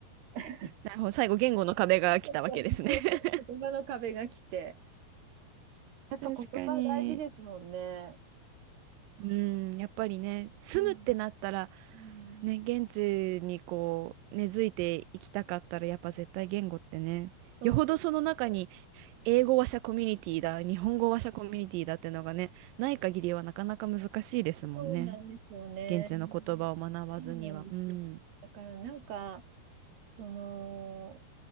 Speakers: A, on the right; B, on the right.
A: <laughs>
B: なるほど。最後、言語の壁が来たわけですね。
A: そうそうそうそう言葉の壁が来て。
B: <laughs>
A: やっぱ言葉大事ですもんね。
B: 確かに。うん、やっぱりね、住むってなったら、
A: うん。うん。
B: ね、現地にこう、根付いていきたかったら、やっぱ絶対言語ってね、
A: そうそうそうそう。
B: よほどその中に英語話者コミュニティだ、日本語話者コミュニティだってのがね、ない限りはなかなか難しいですもんね。
A: そうなんですよね。
B: 現地の言葉を学ばずには。
A: そうなんですよ。
B: うん。
A: だからなんか、その、